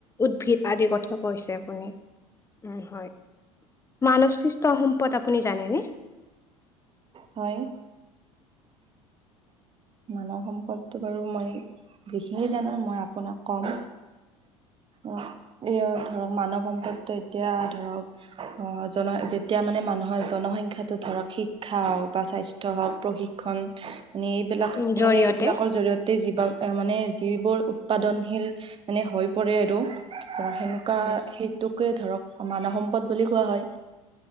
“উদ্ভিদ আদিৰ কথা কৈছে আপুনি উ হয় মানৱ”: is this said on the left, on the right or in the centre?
Left